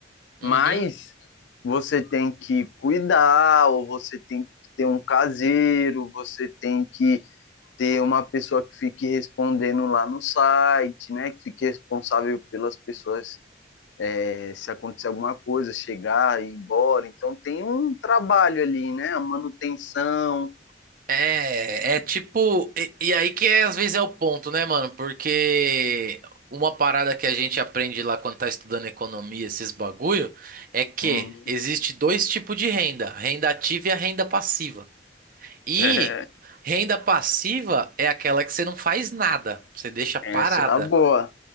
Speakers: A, on the left; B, on the right.
A: Mas
B: uhum.
A: você tem que cuidar, ou você tem que ter um caseiro, você tem que ter uma pessoa que fique respondendo lá no site, né? Que fique responsável pelas pessoas é, se acontecer alguma coisa, chegar e ir embora. Então tem um trabalho ali, né? A manutenção.
B: É, é tipo. E, e aí que é, às vezes é o ponto, né, mano? Porque uma parada que a gente aprende lá quando tá estudando economia, esses bagulho, é que
A: Uhum.
B: existe dois tipos de renda: a renda ativa e a renda passiva. E
A: É,
B: renda passiva é aquela que você não faz nada, você deixa parada.
A: essa é a boa.